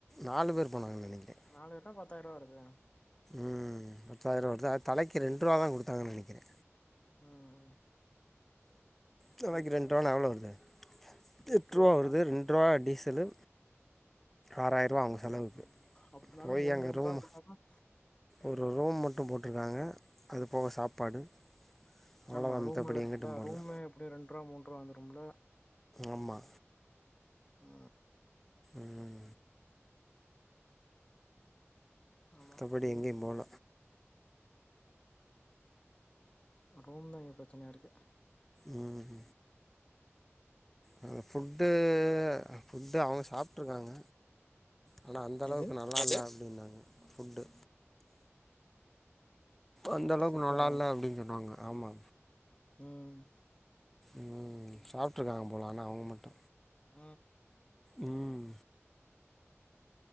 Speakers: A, in the centre; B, on the left.
A: நாலு பேர் போனாங்கன் நெனைக்கிறே
B: நாலு கட்டா பத்தாய்ரவா வருது
A: ம் பத்தாயிர வருது அது தலைக்கு ரெண்ருவா தா குடுத்தாங்கன் நெனைக்கிறே
B: ம்
A: தலக்கி
B: எட்ரூவா
A: ரெண்ருவானா எவ்ளோ வருது து
B: எட்ரூவா
A: எட்ருவா வருது ரெண்ருவா டீசலு ஆறாயிர்வா அவுங்க செலவுக்கு
B: அப்படினாலும்
A: போய்
B: மூணு
A: அங்க
B: மூணு
A: ரூம்
B: ரூபா போட்டாதான்
A: ஒரு ரூம் மட்டு போட்ருக்காங்க அது போக சாப்பாடு அவ்வளோதான்
B: ஆமா ரூம்ல
A: மத்தபடி
B: இருக்குல
A: எங்கிட்டும் போகல
B: ரூமே எப்டி ரெண்ருவா மூண்ருவா வந்துரும்ல
A: ஆமா
B: ஆ
A: ம்
B: ஆமா
A: கபடி
B: அது
A: எங்கியு போல
B: ரூம் தா இங்க பிரச்சனையாருக்கு
A: ம் அந்த ஃபுட்டு ஃபுட்டு அவுங்க சாப்ட்ருக்காங்க ஆனா அந்தளவுக்கு
B: எது
A: ந வெல ஜாஸ்தினாங்க ஃபுட்டு அந்தளவுக்கு
B: ஃபுட்டா
A: நல்லா இல்ல அப்டின் சொன்னாங்க ஆமா
B: ம்
A: ம் சாப்ட்ருக்காங்க போலா ஆனா அவுங்க மட்டு
B: ம்
A: ம்